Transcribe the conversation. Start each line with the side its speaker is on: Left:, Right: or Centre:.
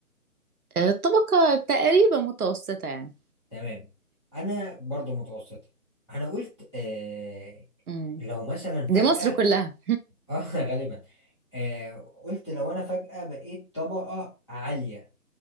Right: آه، الطبقه تقريبا متوسطه يعني
Left: تمام انا برضو متوسطه انا قلت آه
Right: مم.
Left: لو مثلا فجاه
Right: دي مصر كلها
Left: <laughs> اه غالبا آه قلت لو انا فجاه بقيت طبقه عاليه